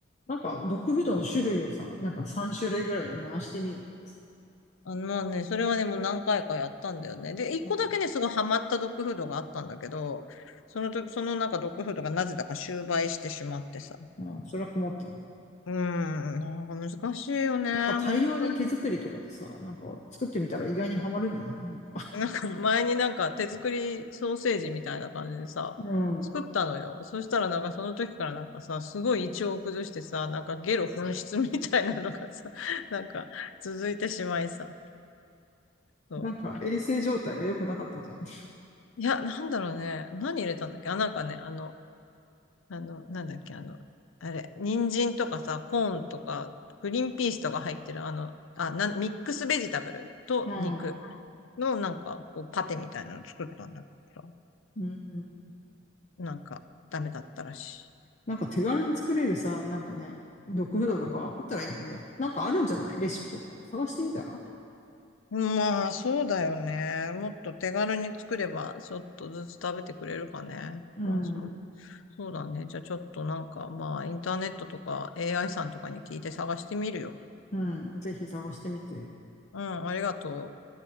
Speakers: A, on the left; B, on the left.
A: なんか、ドッグフードの種類をさ、なんか3種類ぐらいで回してみるとかさ。
B: あの、まあね、それはね、もう何回かやったんだよね。で、一個だけね、
A: うん
B: すごいハマったドッグフードがあったんだけど、その時、そのなんかドッグフードがなぜだか終売してしまってさ。
A: ああ、それは困ったね。
B: うーん、なんか難しいよね、
A: なんか大量に手作りとかでさ、
B: 本当
A: なんか作ってみたら意外にはまるんじゃないなんか。
B: なんか前になんか手作りソーセージみたいな感じでさ、
A: <laughs> うん。
B: 作ったのよ。そしたらなんかその時からなんかさ、すごい胃腸を崩してさ、なんかゲロ噴出みたいなのがさ、<laughs> なんか続いてしまいさ。そう。
A: なんか衛生状態が良くなかったんじゃない
B: いや、なんだろうね。何入れたんだっけあ、なんかね、あの、あの、なんだっけあの、あれ、人参とかさ、コーンとか、グリーンピースとか入ってるあの、あ、なん、ミックスベジタブルと肉
A: <laughs> うん。
B: のなんかこうパテみたいなの作ったんだけど、
A: うん。
B: なんかダメだったらしい。
A: なんか手軽に作れるさ、なんかね、ドッグフードとかあったらいいのにね。
B: う
A: なんかあるんじゃないレシピとか。探してみたら
B: ん。まあ、そうだよね。もっと手軽に作れば、ちょっとずつ食べてくれるかね。
A: うん。
B: まあ、そ、そうだね。じゃあ、ちょっとなんか、まあ、インターネットとか AI さんとかに聞いて探してみるよ。
A: うん。ぜひ探してみて。
B: うん、ありがとう。